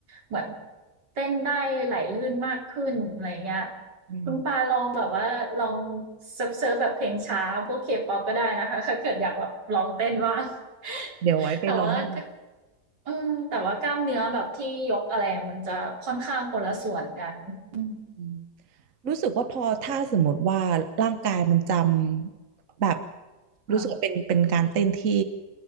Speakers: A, on the right (about 85°); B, on the right (about 50°).
A: เหมือนเต้นได้ไหลลื่นมากขึ้นอะไรเงี้ย
B: <laughs> อืม
A: คุณปาลองแบบว่าลองเซิร์ฟแบบเพลงช้าพวกเคป๊อปก็ได้นะคะถ้าเกิดอยากแบบลองเต้นว่าง <laughs>
B: เดี๋ยวไว้ไปลองได้
A: แต่ว่ากอืมแต่ว่ากล้ามเนื้อแบบที่ยกอะไรมันจะค่อนข้างคนละส่วนกันอืม
B: อืมรู้สึกว่าพอถ้าสมมติว่าร่างกายมันจำแบบ
A: ค่ะ
B: รู้สึกว่าเป็นเป็นการเต้นที่